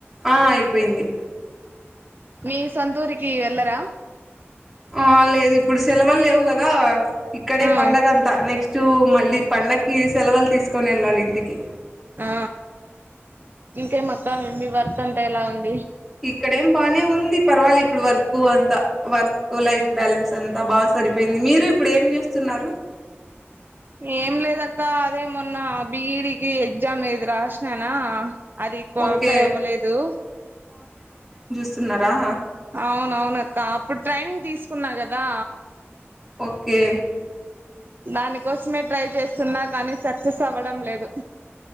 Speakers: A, in the centre; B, on the right.
A: ఆ అయిపోయింది
B: మీ సొంతూరికి ఏళ్ళరా?
A: ఆ లేదు ఇప్పుడు సెలవులు లేవు కదా ఇక్కడే
B: ఆ
A: పండగ అంతా నెక్స్ట్ మళ్ళీ పండకి సెలవులు తీసుకొని వెళ్ళాలి ఇంటికి
B: ఆ ఇంకే మక్కా మీ వర్క్ అంత ఎలా ఉంది.
A: ఇక్కడేం బానే ఉంది పర్వాలే ఇప్పుడు వర్కు అంతా వర్క్ లైఫ్ బ్యాలెన్స్ అంతా బా సరిపేయింది మీరు ఇప్పుడు ఏం చేస్తున్నారు.
B: ఏం లేదక్కా అదే మొన్న బి ఈ డి కి ఎగ్జామ్ ఇది రాసినానా అది క్వాలిఫై
A: ఓకే
B: అవ్వలేదు.
A: సున్నారా?
B: అవునవునక్క అప్పుడు ట్రైనింగ్ తీసుకున్నా కదా.
A: ఓకే
B: దానికోసమే ట్రై చేస్తున్నా కానీ సక్సెస్ అవ్వడం లేదు.